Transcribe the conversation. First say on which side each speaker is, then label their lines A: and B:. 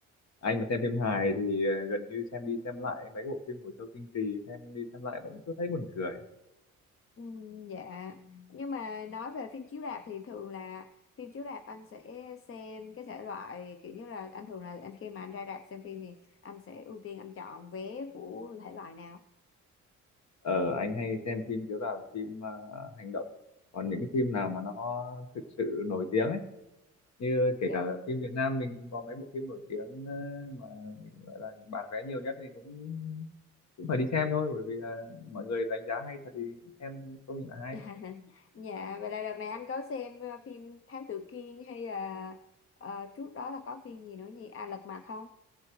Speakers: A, on the left; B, on the left.
A: anh mà xem phim hài thì ờ, gần như xem đi xem lại mấy bộ phim của Châu Tinh Trì xem đi xem lại vẫn cứ thấy buồn cười
B: Ừm, dạ nhưng mà nói về phim chiếu rạp thì thường là phim chiếu rạp anh sẽ xem cái thể loại kiểu như là anh thường là anh khi mà anh ra rạp xem phim thì anh sẽ ưu tiên anh chọn vé của thể loại nào
A: ờ anh hay xem phim chiếu rạp phim ờ, hành động còn những cái phim nào mà nó thực sự nổi tiếng ấy như kể
B: dạ
A: cả phim Việt Nam mình cũng có mấy bộ phim nổi tiếng ờ, mà mình gọi là bán vé nhiều nhất thì cũng cũng phải đi xem thôi bởi vì là mọi người đánh giá hay thật thì xem công nhận là hay
B: <laughs> dạ vậy là đợt này anh có xem ờ, phim Thám Tử Kiên hay là ờ, trước đó là có phim gì nữa nhỉ à Lật Mặt không